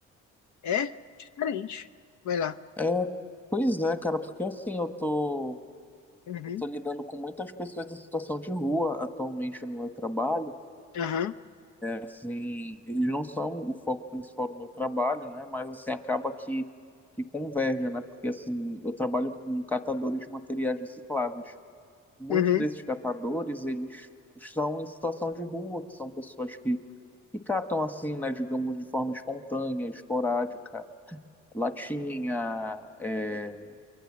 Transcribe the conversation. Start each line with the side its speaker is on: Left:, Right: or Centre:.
Left: É? Diferente. Vai lá.
Centre: É, pois é, cara, porque assim, eu tô,
Left: Uhum.
Centre: eu tô lidando com muitas pessoas em situação de rua atualmente no meu trabalho,
Left: Aham.
Centre: assim, eles não são o foco principal do meu trabalho, né? Mas assim acaba que que converge, né? Porque assim, eu trabalho com catadores de materiais recicláveis. Muitos
Left: Uhum.
Centre: desses catadores, eles estão em situação de rua, que são pessoas que que catam assim, né, digamos, de forma espontânea, esporádica, latinha, é,